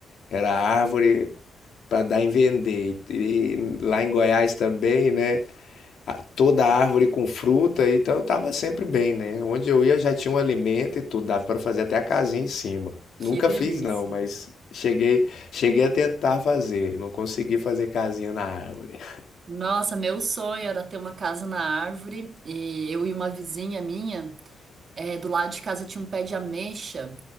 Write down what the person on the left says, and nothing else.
era árvore para dar em vender. E, e lá em Goiás também, né? a- toda árvore com fruta, então eu tava sempre bem, né? Onde eu ia já tinha um alimento e tudo, dava para fazer até a casinha em cima.
Nunca
fiz não, mas cheguei, cheguei a tentar fazer, não consegui fazer casinha na árvore.